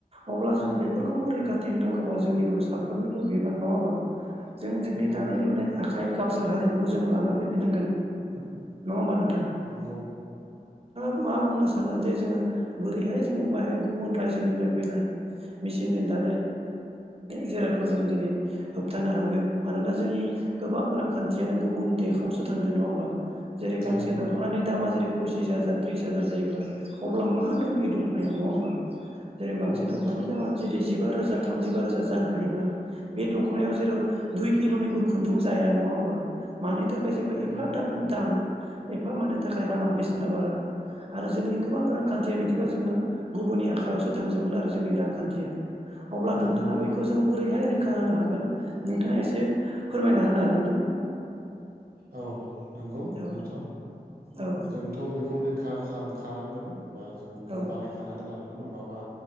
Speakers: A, on the right; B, on the right.
A: अब्ला
B: नंगौ
A: जों बेफोरखौबो
B: नंगौ
A: रैखाथि होनांगौआ जोंनिबो साफ्रोमनिबो बिबान नङाबा? जों जोंनि
B: नंगौ
A: दानाय
B: नोंथां
A: लुनाय आखाइ कालसार हारिमुखौ जों लाना फैफिननांगोन नङा होमबा नों
B: नंगौ
A: मा बुंनो सानो जे जोङो बोरैहाय जोङो बाहाय गुबुन रायजोनिफ्राय फैनाय मिसिं देनथा जिरादखौ जोङो दिनै होबथानो हागोन मानोना जोंनि गोबां रांखा न्थिनो गुबुन देखावसो थांदो नङा होमबा जेरै गांसे
B: नंगौ नोंथां
A: दख'नानि दामा जेरै पसिस हाजार त्रिस हाजार जायोब्ला अब्ला मा दं बे दख'नायाव नङा होमबा जेरै गांसे
B: नंगौ
A: दख'नानि दामानो जेरै जिबा रोजा थामजिबा रोजा जानो हायोब्ला बे दख'नायाव जेराव दुइ किल'निबो खुन्दुं जाया नङा नङा होमबा मानि थाखाय जेनबा
B: नंगौ
A: एफा दां दां एफा मानि थाखाय राङा बेसेना बारा आरो जोंनि गोबां रांखान्थिया बिदिबा जोङो गुबुननि आखाइयावसो थांजोबगोन आरो जोंनि रांखान्थिया अब्ला नोंथाङा
B: नंगौ नोंथां
A: बेखौ जों बोरैहाय रै खा होनो हागोन नोंथाङा एसे फोरमायना होनो हागोन ना?
B: औ नंगौ
A: औ
B: नोंथां
A: औ
B: जोंथ' बेखौ रैखा खालामखानांगोन। बा जों बेखौ
A: औ
B: बानायखानांगोन आरो। ना नङाबा